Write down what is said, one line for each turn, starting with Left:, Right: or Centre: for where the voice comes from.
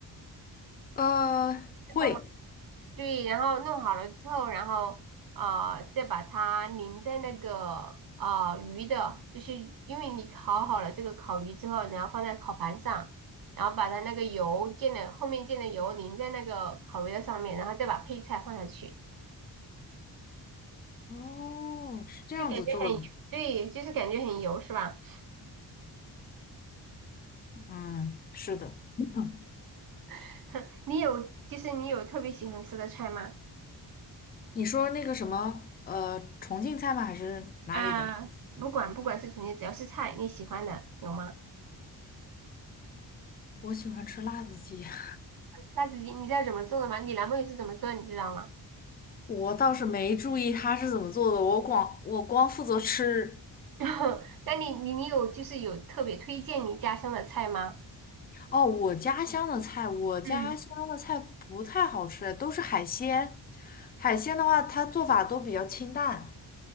Left: 呃会。
Right: 会放吗？对，然后弄好了之后，然后啊、再把它淋在那个啊、鱼的，就是因为你烤好了这个烤鱼之后，然后放在烤盘上，然后把它那个油溅的后面溅的油淋在那个烤鱼的上面，然后再把配菜放下去，
Left: 哦，是这样子做的，
Right: 就感觉很油对，就是感觉很油是吧？
Left: 嗯，是的。<laughs>
Right: <laughs> 你有就是你有特别喜欢吃的菜吗？
Left: 你说那个什么，呃，重庆菜吗？还是哪里的？
Right: 啊、不管不管是重庆，只要是菜你喜欢的有吗？
Left: 我喜欢吃辣子鸡，<laughs>
Right: 辣子鸡你知道怎么做的吗？你男朋友是怎么做的你知道吗？
Left: 我倒是没注意它是怎么做的，我光我光负责吃。
Right: <laughs> 那你你你有就是有特别推荐你家乡的菜吗？
Left: 哦，我家乡的菜，我家乡的菜不太好吃，
Right: 嗯，
Left: 都是海鲜。海鲜的话，它做法都比较清淡，